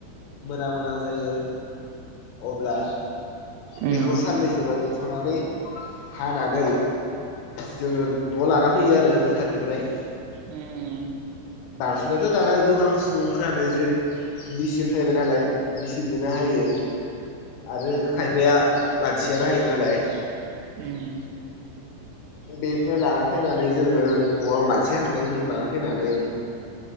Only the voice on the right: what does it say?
उम
उम
उम